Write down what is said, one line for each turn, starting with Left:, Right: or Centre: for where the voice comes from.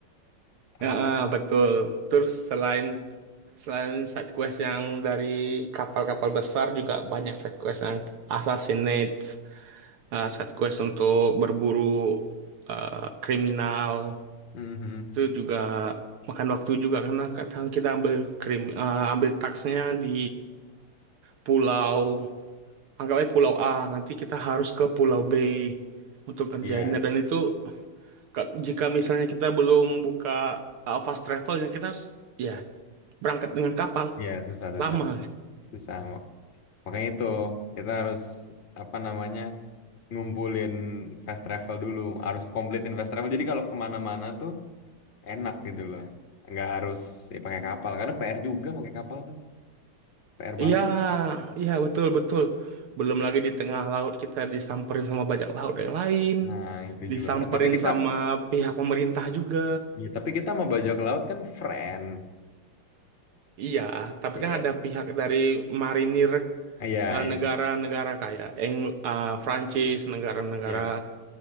Left: As-
Right: Ya, uh, betul. Terus selain selain side quest yang dari kapal-kapal besar juga banyak side quest yang assassinate, uh,
Left: Hmm.
Right: side quest untuk berburu uh, kriminal.
Left: Mhm.
Right: Itu juga makan waktu juga karena kadang kita ambil krim uh, ambil taksnya di pulau anggapnya pulau A, nanti kita harus ke pulau B untuk ngerjainnya
Left: Iya,
Right: dan itu ka- jika misalnya kita belum buka uh, fast travelnya kita harus ya berangkat dengan kapal
Left: iya susah susah
Right: lama.
Left: susah. Makanya itu kita harus apa namanya? ngumpulin fast travel dulu harus kompletin fast travel jadi kalau kemana-mana tuh enak gitu loh nggak harus ya, pakai kapal karena PR juga pakai kapal tuh PR
Right: Iya,
Left: banget
Right: iya betul betul. Belum lagi di tengah laut kita disamperin sama bajak laut yang lain,
Left: nah itu
Right: disamperin
Left: juga tapi kita
Right: sama pihak pemerintah juga.
Left: ya, tapi kita mau bajak laut kan friend
Right: Iya, tapi
Left: iya
Right: kan ada pihak dari marinir
Left: iya
Right: eh,
Left: iya
Right: negara-negara kayak Eng eh, Prancis, negara-negara
Left: iya.